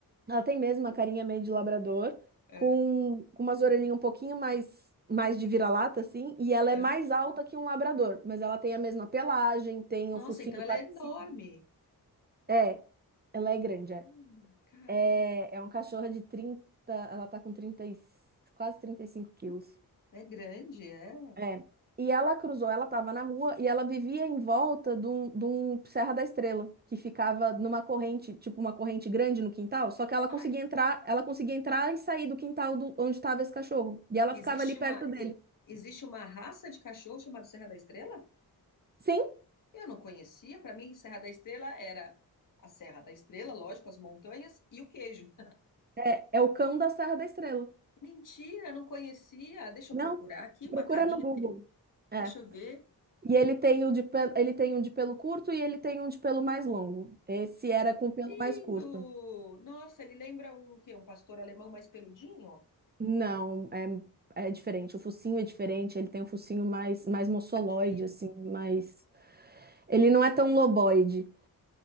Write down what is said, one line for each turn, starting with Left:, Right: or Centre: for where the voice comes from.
Right: Ela tem mesmo uma carinha meio de labrador,
Left: é,
Right: com, com umas orelhinhas um pouquinho mais, mais de vira-lata, assim. E ela
Left: é.
Right: é mais alta que um labrador, mas ela tem a mesma pelagem, tem
Left: Nossa,
Right: um focinho
Left: então ela
Right: parecido.
Left: é enorme.
Right: É, ela é grande, é.
Left: Ana, Caramba,
Right: É, é um cachorro de 30. ela tá com trinta e- quase 35 quilos.
Left: Hum, é grande, é.
Right: É. E ela cruzou, ela estava na rua e ela vivia em volta de um, de um Serra da Estrela, que ficava numa corrente, tipo uma corrente grande no quintal, só que ela
Left: Ai,
Right: conseguia entrar, ela conseguia entrar e sair do quintal do, onde estava esse cachorro. E ela
Left: existe
Right: ficava ali perto
Left: uma,
Right: dele.
Left: e- existe uma raça de cachorro chamada Serra da Estrela?
Right: Sim,
Left: Eu não conhecia. Para mim, Serra da Estrela era a Serra da Estrela, lógico, as montanhas e o queijo.
Right: é, é o cão da Serra da Estrela.
Left: Mentira, não conhecia. Deixa
Right: Não,
Left: eu procurar aqui uma
Right: procura
Left: carinha.
Right: no Google. É.
Left: Deixa eu ver. Ah,
Right: E ele tem o de pelo, ele tem um de pelo curto e ele tem um de pelo mais longo. Esse era com pelo mais
Left: lindo!
Right: curto.
Left: Nossa, ele lembra um que um pastor alemão mais peludinho,
Right: Não, é, é diferente. O focinho é diferente. Ele tem um focinho mais, mais moçoloide,
Left: mais fino.
Right: assim, mais. Ele não é tão loboide.